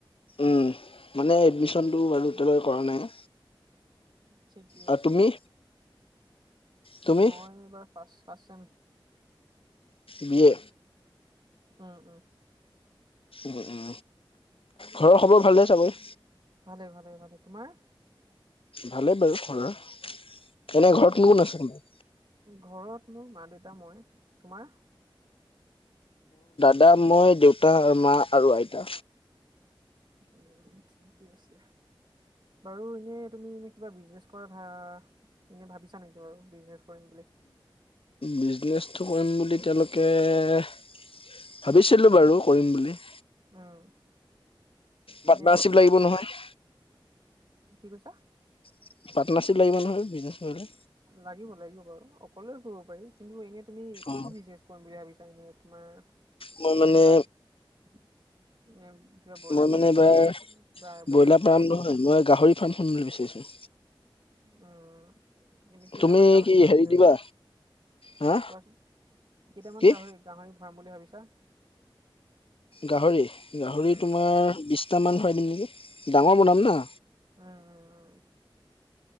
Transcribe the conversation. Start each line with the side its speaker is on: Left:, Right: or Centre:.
Left: উম মানে এডমিশনটো বাৰু এতিয়ালৈ কৰা নাই।
Right: ঠিকেই
Left: আৰু
Right: আছে।
Left: তুমি তুমি
Right: মই এইবাৰ first first sem.
Left: B A
Right: উম উম।
Left: উ উম ঘৰৰ খবৰ ভালে চাবৰে?
Right: ভালে ভালে ভালে তোমাৰ?
Left: ভালেই বাৰু ঘৰৰ এনে ঘৰত কোন কোন আছে তোমাৰ?
Right: ঘৰত মোৰ মা দেউতা মই। তোমাৰ?
Left: দা, মই, দেউতা, মা আৰু আইতা।
Right: উ ঠিকেই আছে বাৰু এনে তুমি এনে কিবা বিজনেছ কৰাত হা এনেই ভাবিছা নেকি বাৰু বিজনেছ কৰিম বুলি?
Left: বিজনেছটো কৰিম বুলি তেওঁলোকে ভাবিছিলো বাৰু কৰিম বুলি।
Right: উম।
Left: পাটনাৰশ্বিপ
Right: এনে তোমাৰ
Left: লাগিব
Right: মানে
Left: নহয়?
Right: কি কৈছা?
Left: পাটনাৰশ্বিপ লাগিব নহয়। কৰিলে
Right: লাগিব লাগিব বাৰু অকলে কৰিব পাৰি কিন্তু এনে তুমি
Left: অ
Right: কি বিজনেছ কৰিম বুলি ভাবিছ ইনে তোমৰ
Left: মই মানে
Right: এনে লাইক নে কিবা ব্ৰইলাৰ
Left: মই
Right: ফাৰ্ম
Left: মানে
Right: খুলিম
Left: এবাৰ
Right: বুলি ভাবিছা নে কিবা বেলেগ
Left: ব্ৰইলাৰ ফাৰ্ম নহয় মই গাহৰি ফাৰ্ম শুনবলে বিচাৰিছো।
Right: উম এনেই কেইটামান
Left: তুমি
Right: গাহৰি
Left: কি
Right: পোহা <unintelligible>
Left: হেৰি দিবা হা
Right: কোৱাচোন কেইটামান
Left: কি
Right: গাহৰি গাহৰি ভৰাম বুলি ভাবিছা?
Left: গাহৰি গাহৰি
Right: উম
Left: তোমাৰ বিছটামান ভৰাই দিম নেকি ডাঙৰ বনাম ন।
Right: উম উম।